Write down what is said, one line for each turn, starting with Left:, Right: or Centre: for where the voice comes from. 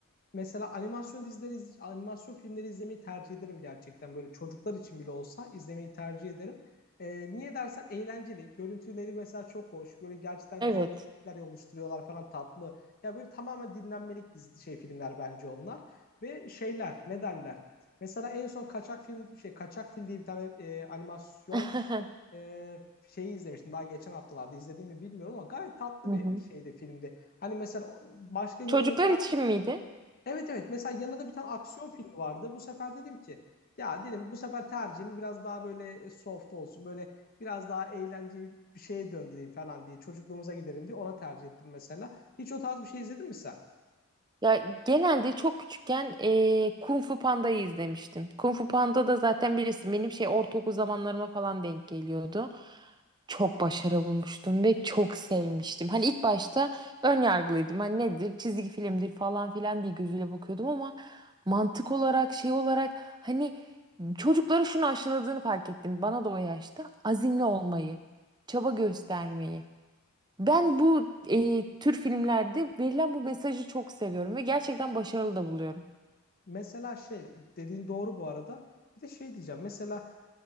Left: Mesela animasyon dizileri, iz- animasyon filmleri izlemeyi tercih ederim gerçekten. Böyle çocuklar için bile olsa izlemeyi tercih ederim. Ee, niye dersen eğlenceli. Görüntüleri mesela çok hoş. Böyle gerçekten
Right: Evet.
Left: güzel grafikler oluşturuyorlar falan tatlı. Ya böyle tamamen dinlenmelik dizi, şey filmler bence onlar. Ve şeyler ne derler? Mesela en son Kaçak Film şey Kaçak Fil diye bir tane e, animasyon
Right: <laughs> Hı
Left: e, şeyi izlemiştim. Daha geçen haftalarda izledim mi bilmiyorum ama gayet tatlı
Right: hı.
Left: bir şeydi filmde. Hani mesela o- başka yanında
Right: Çocuklar
Left: bir tane
Right: için miydi?
Left: evet evet mesela yanında bir tane aksiyon filmi vardı. Bu sefer dedim ki ya dedim bu sefer tercihimi biraz daha böyle soft olsun. Böyle biraz daha eğlenceli bir şeye döndüreyim falan diye çocukluğumuza giderim diye ona tercih ettim mesela. Hiç o tarz bir şey izledin mi sen?
Right: Ya genelde çok küçükken eee Kung Fu Panda'yı izlemiştim. Kung Fu Panda da zaten birisi benim şey ortaokul zamanlarıma falan denk geliyordu. Çok başarı bulmuştum ve çok sevmiştim. Hani ilk başta ön yargılıydım. Hani nedir çizgi filmdir falan filan diye gözüyle bakıyordum ama mantık olarak şey olarak hani çocukları şunu aşıladığını fark ettim. Bana da o yaşta azimli olmayı, çaba göstermeyi. Ben bu e, tür filmlerde verilen bu mesajı çok seviyorum ve gerçekten başarılı da buluyorum.
Left: Mesela şey dediğin doğru bu arada. Bir de şey diyeceğim. Mesela